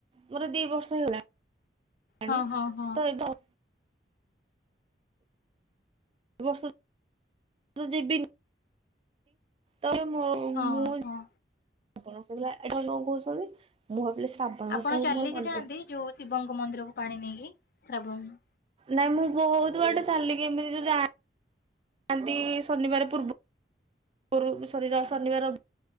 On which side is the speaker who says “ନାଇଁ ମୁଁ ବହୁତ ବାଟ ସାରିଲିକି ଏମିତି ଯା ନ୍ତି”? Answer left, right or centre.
Right